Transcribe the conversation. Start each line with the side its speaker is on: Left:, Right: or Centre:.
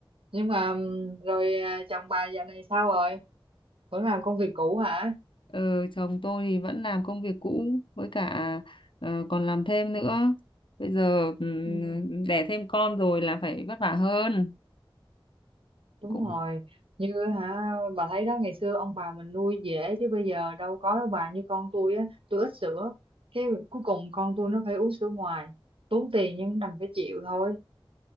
Right: nhưng mà ừm, rồi à, chồng bà dạo này sao rồi vẫn làm công việc cũ hả
Left: Ừ, chồng tôi thì vẫn làm công việc cũ với cả ờ, còn làm thêm nữa. Bây giờ ừm,
Right: ừ.
Left: đẻ thêm con rồi là phải vất vả hơn.
Right: đúng
Left: Cũng
Right: rồi như hả bà thấy đó ngày xưa ông bà mình nuôi dễ chứ bây giờ đâu có đâu bà như con tôi á tôi ít sữa cái cuối cùng con tôi nó phải uống sữa ngoài tốn tiền nhưng đành phải chịu thôi